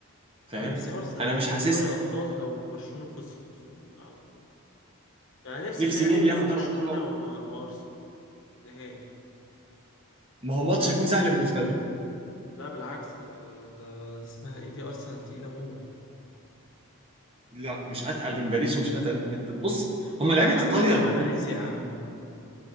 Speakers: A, on the right (about 25°); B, on the left (about 55°).
A: فاهم
B: أنا نفسي أرسنال
A: انا
B: اللي
A: مش
B: تاخد
A: حاسسها
B: دوري الأبطال لو برشلونة خسرت في الأول يعني نفسي
A: نفسي
B: النهائي
A: مين
B: يبقى
A: اللي ياخد دوري
B: برشلونة
A: الابطال
B: و- وأرسنال نهائي
A: ما هو ماتش هيكون سهل بالنسبه لكم
B: لا بالعكس ده ده اسمها إيه دي أرسنال تقيلة موت
A: لا مش اتقل من باريس ومش اتقل من الانتر بص هم
B: لا
A: لعيبه
B: يا
A: ايطاليا
B: عم اتعب
A: يا محمود
B: من باريس يا عم